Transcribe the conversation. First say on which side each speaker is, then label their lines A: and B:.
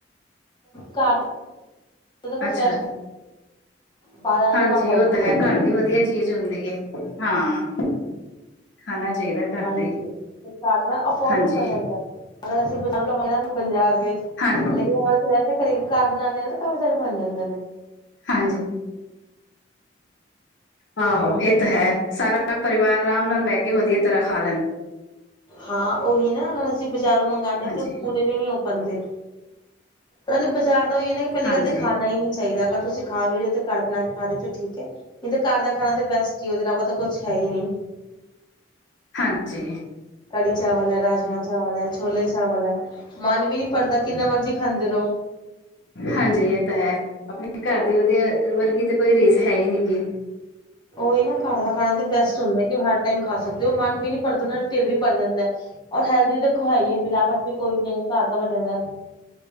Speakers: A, on the left; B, on the left.
A: ਘਰ
B: ਅੱਛਾ
A: ਫਰੈਸ਼
B: ਜੀ
A: ਬਾਹਰ ਵਾਲਾ
B: ਹਾਂਜੀ
A: ਤਾਂ ਕਾਫੀ ਹੈਲਦੀ
B: ਉਹ ਤਾਂ ਹੈ ਘਰ ਦੀ ਵਧੀਆ ਚੀਜ਼ ਹੁੰਦੀ ਹੈ ਹਾਂ ਖਾਣਾ ਚਾਹੀਦਾ ਘਰ
A: ਹਾਂਜੀ
B: ਦੇ
A: ਅਫੋਰਡਲ
B: ਹਾਂਜੀ
A: ਪੈ ਜਾਂਦਾ ਅਗਰ ਅਸੀਂ ਪੰਜਾਰ ਲੇਕਿਨ
B: ਹਾਂ
A: ਅਗਰ ਅਸੀਂ ਵੈਸੇ ਖਰੀਦ ਘਰ ਬਨਾਂਦੇ ਹਾਂ ਤਾਂ ਕਾਫੀ ਸਾਰੇ ਬਣ ਜਾਂਦੇ ਨੇ
B: ਹਾਂਜੀ ਆਹੋ
A: ਹਾਂਜੀ
B: ਇਹ ਤਾਂ ਹੈ ਸਾਰਾ ਪਰਿਵਾਰ ਆਰਾਮ ਨਾਲ ਬਹਿ ਕੇ ਵਧੀਆ ਤਰ੍ਹਾਂ ਖਾ
A: ਹਾਂ ਉਹੀ ਨਾ ਅਗਰ ਅਸੀਂ ਬਜ਼ਾਰੋਂ ਮੰਗਵਾਦੇ ਹਾਂ
B: ਹਾਂਜੀ
A: ਤੇ ਉਹ ਪੂਰੇ ਵੀ ਨੀ ਪਾਉਂਦੇ ਉਹ ਬਾਜ਼ਾਰ ਦਾ ਈ ਹੈ ਨਾ ਕਿ ਪਹਿਲੀ
B: ਹਾਂਜੀ
A: ਗੱਲ ਤਾਂ ਖਾਣਾ ਹੀ ਨਹੀਂ ਚਾਹੀਦਾ ਅਗਰ ਤੁਸੀਂ ਖਾ ਵੀ ਰਹੇ ਹੋ ਤਾਂ ਘਰ ਬਣਾ ਕੇ ਖਾ ਰਹੇ ਹੋ ਤੇ ਠੀਕ ਹੈ ਕਹਿੰਦੇ ਘਰ ਦਾ ਖਾਣਾ ਤਾਂ ਬੈਸਟ ਉਹਦੇ ਇਲਾਵਾ ਕੁਛ ਹੈ ਨਹੀਂ
B: ਹਾਂਜੀ
A: ਕੜੀ ਚਾਵਲ ਹੈ ਰਾਜਮਾਂ ਚਾਵਲ ਹੈ ਛੋਲੇ ਚਾਵਲ ਹੈ ਮਨ ਵੀ ਨੀ ਪੜਦਾ ਕਿੰਨੇ ਮਰਜੀ ਖਾਂਦੇ ਰਹੋ
B: ਹਾਂਜੀ ਇਹ ਤਾਂ ਹੈ ਆਪਣੇ ਘਰ ਦੀ ਵਧੀਆ ਵਰਗੀ ਤਾਂ ਕੋਈ ਰੀਸ ਹੈ ਹੀ ਨੀ ਗੀ
A: ਹੀ ਨਾ ਘਰ ਦਾ ਖਾਣਾ ਤੇ ਬੈਸਟ ਹੁੰਦਾ ਕਿ ਉਹ ਹਰ ਟਾਈਮ ਖਾ ਸਕਦੇ ਉਹ ਮਨ ਵੀ ਨੀ ਪਰਦਾ ਢਿਰ ਵੀ ਪੜ ਜਾਂਦਾ ਔਰ ਹੈਲਦੀ ਦੇਖੋਈਏ ਮਿਲਾਵਟ ਵੀ ਕੋਈ ਨੀ ਘਰ ਦਾ ਬਣਿਆ ਵ